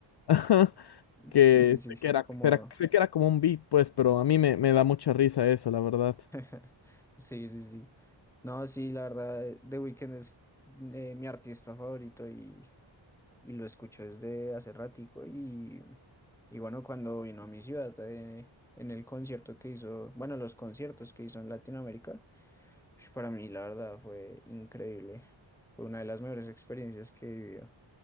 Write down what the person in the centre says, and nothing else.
Sí, sí, sí,
como
<laughs> Sí, sí, sí. No, sí, la verdad, eh, The Weeknd es eh, mi artista favorito y, y lo escucho desde hace ratico y, y bueno, cuando vino a mi ciudad eh, en el concierto que hizo, bueno, los conciertos que hizo en Latinoamérica, ush, para mí la verdad fue increíble. Fue una de las mejores experiencias que he vivido.